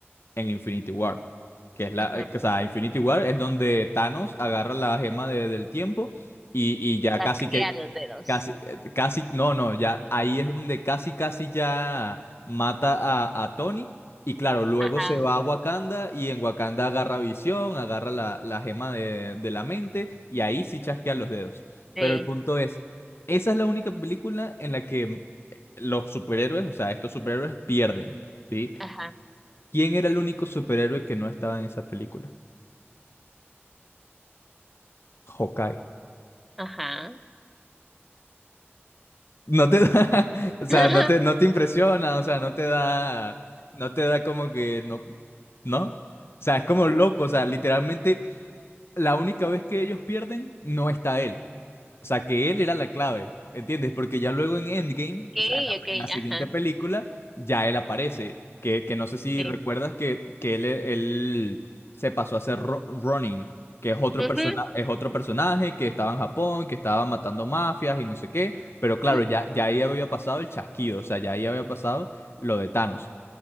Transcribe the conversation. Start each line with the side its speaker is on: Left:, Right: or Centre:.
Left: en Infinity War. Que es la,
Centre: Ujú.
Left: o sea, Infinity War es donde Thanos agarra la gema de- del tiempo y, y ya
Centre: Chasquea
Left: casi que,
Centre: los dedos.
Left: casi, eh, casi, no, no, ya ahí es donde casi, casi ya mata a, a Tony. Y claro, luego
Centre: Ajá.
Left: se va a Wakanda y en Wakanda agarra visión, agarra la, la gema de, de la mente y ahí sí chasquean los dedos.
Centre: Sí.
Left: Pero el punto es, esa es la única película en la que los superhéroes, o sea, estos superhéroes pierden. ¿sí?
Centre: Ajá.
Left: ¿Quién era el único superhéroe que no estaba en esa película? Hawkeye.
Centre: Ajá.
Left: No te da, <laughs> o sea,
Centre: <laughs>
Left: no te, no te impresiona, o sea, no te da, no te da como que no, ¿no? O sea, es como loco, o sea, literalmente la única vez que ellos pierden no está él. O sea, que él era la clave, ¿entiendes? Porque ya luego en Endgame,
Centre: Okay,
Left: o sea, en la,
Centre: okay,
Left: en la siguiente
Centre: ajá.
Left: película, ya él aparece. Que, que no sé si
Centre: Sí.
Left: recuerdas que, que él, él se pasó a ser Ro- Ronin, que es otro,
Centre: Ujú,
Left: persona, es otro personaje que estaba en Japón, que estaba matando mafias y no sé qué. Pero claro,
Centre: ujú,
Left: ya, ya ahí había pasado el chasquido, o sea, ya ahí había pasado lo de Thanos.